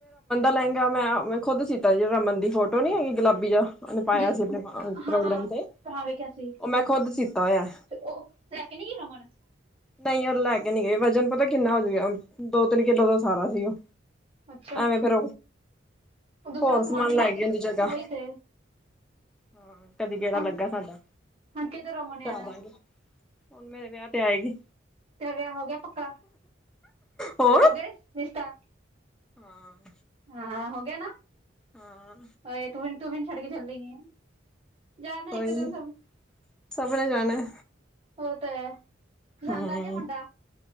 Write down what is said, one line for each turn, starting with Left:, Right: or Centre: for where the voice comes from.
Centre: ਲਹਿੰਗਾ ਮੈਂ ਖੁਦ ਸੀ ਕੀਤਾ ਜਹੜਾ ਰਮਨ ਦੀ ਫੋਟੋ ਨੀ ਹੈਗੀ ਗੁਲਾਬੀ ਦਾ ਪਾਇਆ
Right: ਜੋ
Centre: ਸੀ ਆਪਣੇ ਪ੍ਰੋਗਰਾਮ
Right: ਹਾਂ ਹਾਂ
Centre: ਤੇ
Right: ਹਾਂ ਵੇਖਿਆ ਸੀ
Centre: ਉਹ ਮੈਂ ਖੁਦ ਸਿਤਾ ਹੋਇਆ
Right: ਤੇ ਉਹ ਲੈ ਕੇ ਨੀ ਗਈ ਰਮਨ
Centre: ਨਹੀਂ ਉਹਨ ਲੈ ਕੇ ਨਹੀਂ ਗਏ ਵਜਨ ਪਤਾ ਕਿੰਨਾ ਹੋਜੂਗਾ ਦੋ ਤਿੰਨ ਕਿਲੋ ਦਾ ਸਾਰਾ ਸੀ ਉਹ
Right: ਅੱਛਾ
Centre: ਐਵੇਂ ਫੇਰ
Right: ਦੂਸਰਾ
Centre: ਹੋਰ
Right: ਸਮਾਨ ਵੀ
Centre: ਲੈ
Right: ਰਹਿ
Centre: ਗਈ
Right: ਕੇ
Centre: ਉਹਦੀ ਜਗ੍ਹਾ
Right: ਉਹੀ ਤੇ
Centre: ਹਾਂ ਕਦੀ ਗੇੜਾ
Right: ਹੁਣ
Centre: ਲੱਗਾ ਸਾਡਾ
Right: ਹੁਣ ਕਿੱਧਰ ਰਮਨ ਨੇ
Centre: ਜਾ
Right: ਆਣਾ
Centre: ਦਾਂਗੇ ਹੁਣ ਮੇਰੇ ਵਿਆਹ ਤੇ ਆਏਗੀ,
Right: ਤੇਰਾ ਵਿਆਹ ਹੋ ਗਿਆ ਪੱਕ
Centre: ਹੋਰ
Right: ਹੋ ਗਿਆ ਰਿਸਤਾ
Centre: ਹਾਂ-
Right: ਹਾਂ ਹੋ ਗਿਆ ਨਾ,
Centre: ਹਾਂ,
Right: ਅ ਤੂੰ ਤੂੰ ਮੈਨੁੰ ਛੱਡ ਕੇ ਚਲੇ ਗੀ ਹੈ। ਜਾ ਨਾ
Centre: ਕੋਈ
Right: ਇੱਕ ਦਿਨ
Centre: ਨੀ
Right: ਸਭ
Centre: ਸਭ ਨੇ ਜਾਣਾ,
Right: ਔ ਤਾਂ ਹੈ। ਪਸੰਦ
Centre: ਹੂੰ
Right: ਆ ਗਿਆ ਮੁੰਡਾ